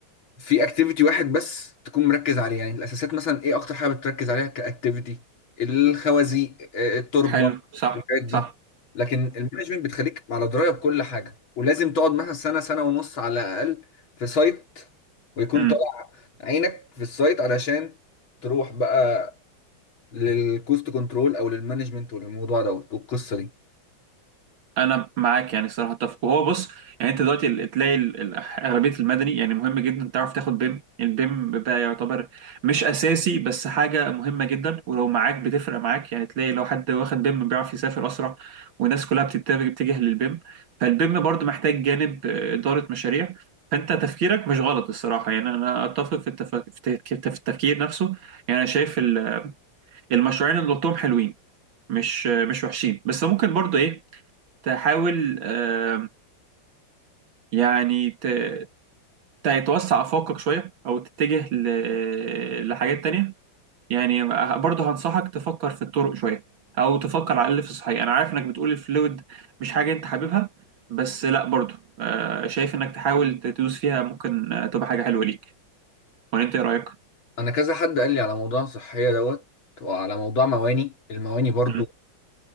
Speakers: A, on the left (about 80°); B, on the right (about 75°).
A: في اكتيفيتي واحد بس تكون مركز عليه يعني الاساسات مثلا ايه اكتر حاجه بتركز عليها كاكتيفيتي الخوازيق آه، التربه
B: حلو صح
A: الحاجات دي
B: صح
A: لكن المانجمنت بتخليك على درايه بكل حاجه ولازم تقعد مثلا سنه سنه ونص على الاقل في سايت ويكون
B: صح
A: طالع عينك في السايت علشان تروح بقى للكوست كنترول او للمانجمنت وللموضوع دوت والقصه دي
B: انا معاك يعني الصراحه اتفق وهو بص يعني انت دلوقتي ال- تلاقي ال- ال- اغلبيه المدني يعني مهم جدا تعرف تاخد بيم البيم بقى يعتبر مش اساسي بس حاجه مهمه جدا ولو معاك بتفرق معاك يعني تلاقي لو حد واخد بيم بيعرف يسافر اسرع والناس كلها بتتجه بتتجه للبيم فالبيم برضو محتاج جانب آه، اداره مشاريع فانت تفكيرك مش غلط الصراحه يعني انا اتفق في التف... في التفكير في التفكير نفسه يعني انا شايف ال- المشروعين اللي قلتهم حلوين مش آه، مش وحشين بس ممكن برضو ايه تحاول آه، يعني ت- تتوسع أفاقك شوية أو تتجه ل- لحاجات تانية يعني برضه هنصحك تفكر في الطرق شوية أو تفكر على الأقل في الصحيح أنا عارف إنك بتقول الفلويد مش حاجة أنت حاببها بس لأ برضه آه، شايف إنك تحاول تدوس فيها ممكن آه، تبقى حاجة حلوة ليك ولا أنت إيه رأيك؟
A: انا كذا حد قال لي على موضوع صحيه دوت وعلى موضوع مواني المواني برضو
B: مم.